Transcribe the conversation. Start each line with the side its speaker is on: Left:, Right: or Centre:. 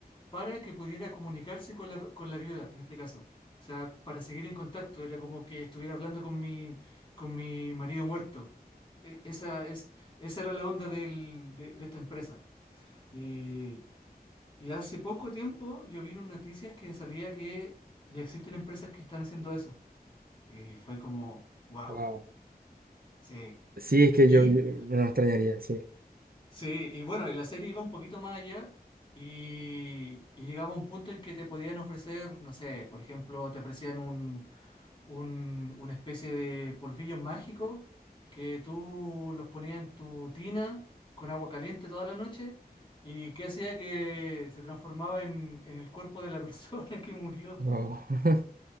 Left: para que pudiera comunicarse con la, con la viuda, en este caso. O sea, para seguir en contacto, era como que estuviera hablando con mi, con mi marido muerto. E- esa, es, esa era la onda del- de, de esta empresa. Y, y hace poco tiempo yo vi unas noticias que salía que ya existen empresas que están haciendo eso. Y fue como, wow.
Right: Wow.
Left: sí.
Right: Sí, es que
Left: Y
Right: yo, yo- no me extrañaría, sí.
Left: Sí, y bueno, y la serie iba un poquito más allá y, y llegaba a un punto en que te podían ofrecer, no sé, por ejemplo, te ofrecían un, un- una especie de polvillos mágicos que tú los ponías en tu tina con agua caliente toda la noche y que hacía que se transformaba en, en el cuerpo de la persona <laughs> que murió.
Right: Wow. <laughs>